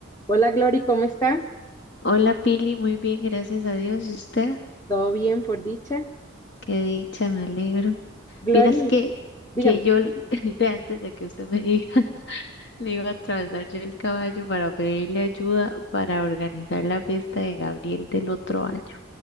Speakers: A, on the left (about 15°); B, on the left (about 55°).
A: Hola Glory, ¿cómo está?
B: Hola Pili, muy bien, gracias a Dios. ¿Y usted?
A: ¿Todo bien por dicha?
B: Qué dicha, me alegro.
A: Glory,
B: Vieras que,
A: dígame.
B: que yo, l- <laughs> ve, antes de que usted me diga, <laughs> le iba a atravesar yo el caballo para pedirle ayuda para organizar la fiesta de Gabriel del otro año.